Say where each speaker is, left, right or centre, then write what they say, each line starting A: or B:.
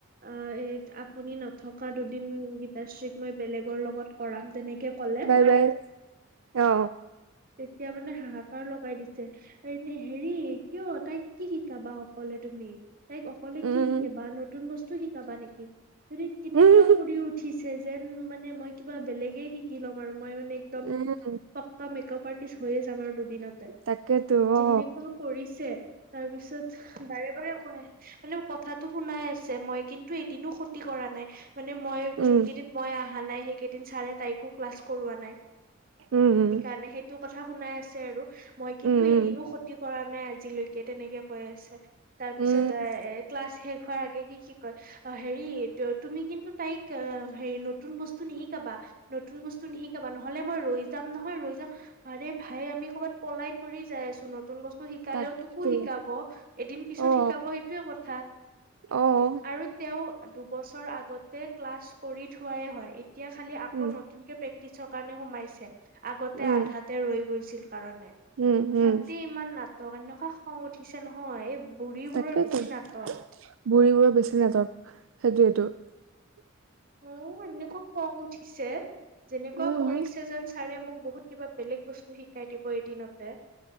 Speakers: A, on the right; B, on the right.
A: অ' আপুনি নথকা দুদিন গীতাশ্ৰীক মই বেলেগৰ লগত কৰাম তেনেকে ক'লে।
B: বাই-বাই অ।
A: তেতিয়া মানে হাহাকাৰ লগাই দিছে, এ এনে হেৰি কিয় তাইক কি শিকাবা অকলে তুমি, তাইক অকলে
B: উম
A: কি শিকাবা, নতুন বস্তু শিকাবা নেকি? কেনেকুৱা
B: উম
A: কৰি উঠিছে যেন মানে মই কিবা বেলেগে শিকি লম আৰু মই মানে একদম
B: উম
A: মেকআপ আৰ্টিষ্ট হৈছে আমাৰ দুদিনতে
B: তাকেতো
A: যেনেকুৱা
B: অ
A: কৰিছে তাৰ পিছত বাৰে-বাৰে খুৱাই। মানে কথাাটো শুনাই আছে মই কিন্তু এদিনো ক্ষতি কৰা নাই। মানে মই
B: উম
A: যোন কেইদিন মই অহা নাই সেইকেইদিন ছাৰে তাইকো ক্লাছ কৰোৱা নাই।
B: উম, উম।
A: মানে সেইটো কথা শুনাই আছে আৰু মই কিন্তু
B: উম
A: এদিনো ক্ষতি কৰা নাই আজিলৈকে তেনেকে কৈ আছে তাৰ পিছত
B: উম
A: এ ক্লাছ শেষ হোৱাৰ আগে কি কি কয় অ হেৰি তুমি কিন্তু তাইক হেৰি নতুন বস্তু নিশিকাবা নতুন বস্তু নিশিকাবা নহ'লে মই ৰৈ যাম নহয় ৰৈ আৰে ভাই আমি ক'ৰবাত পলাই থৰি যাই আছো নতুন বস্ তো শিকালেও
B: তাকেতো
A: তোকো শিকাব এদিন পিছত
B: অ
A: শিকাব সেইটোয়ে কথা
B: অ
A: আৰু তেওঁ দুবছৰ আগতে ক্লাছ কৰি থোৱাই হয় এতিয়া খালি আকৌ
B: উম,
A: নতুনকে প্ৰেক্ টিচৰ কাৰণে সোমাইছে আগতে
B: উম,
A: আধাতে ৰৈ গৈছিল কাৰণে
B: উম, উম,
A: তাতে ইমান নাটক এনেকুৱা খং উঠিছে নহয় এই বুঢ়ীবোৰৰ
B: তাকেইতো
A: বেছি
B: বুঢ়ীবোৰো
A: নাটক
B: বেছি নাযাওক সেইটোৱেটো
A: অ এনেকুৱা খং উঠিছে যেনেকুৱা
B: উম,
A: কৰিছে যেন ছাৰে মোক বহুত কিবা বেলেগ বস্তু শিকাই দিব এদিনতে